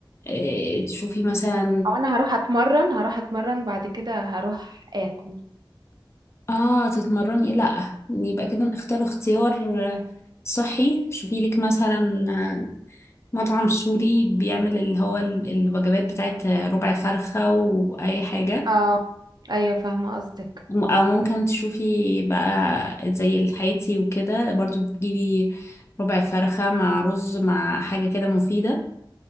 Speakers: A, on the left (about 30°); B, on the right (about 55°).
A: إيه، تشوفي مثلا
B: او انا هروح اتمرن هروح اتمرن بعد كده هروح اكل
A: اه تتمرني لا يبقى كده نختار اختيار آه، صحي شوفي لك مثلا آه، مطعم سوري بيعمل اللي هو ال- الوجبات بتاعت آه، ربع فرخة وأي حاجة
B: اه ايوه فاهمه قصدك
A: م- أو ممكن تشوفي بقى زي الحياتي وكده برضو تجيبي ربع فرخة مع رز مع حاجة كده مفيدة